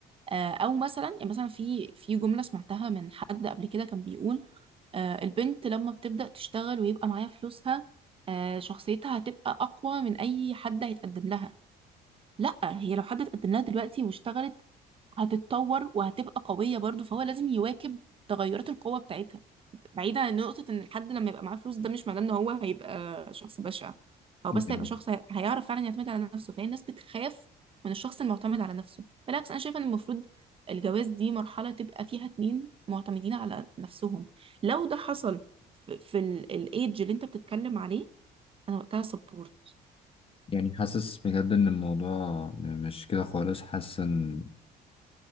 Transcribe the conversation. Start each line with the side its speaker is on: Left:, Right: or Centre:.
Right: آه او مثلا يعني مثلا في في جمله سمعتها من حد قبل كده كان بيقول آه البنت لما بتبدا تشتغل ويبقى معاها فلوسها آه شخصيتها هتبقى اقوى من اي حد هيتقدم لها لا هي لو حد اتقدم لها دلوقتي واشتغلت هتتطور وهتبقى قويه برضو فهو لازم يواكب تغيرات القوه بتاعتها بعيدا عن نقطة ان الحد لما يبقى معاه فلوس ده مش معناه ان هو هيبقى شخص بشع هو
Left: يعني
Right: بس هيبقى شخص هي- هيعرف فعلا يعتمد على نفسه فهي الناس بتخاف من الشخص المعتمد على نفسه بالعكس انا شايفة ان المفروض الجواز دي مرحلة تبقى فيها اتنين معتمدين على نفسهم لو ده حصل في, في الايدج اللي انت بتتكلم عليه انا وقتها سبورت
Left: يعني حاسس بجد إن الموضوع م- مش كده خالص حاسس إن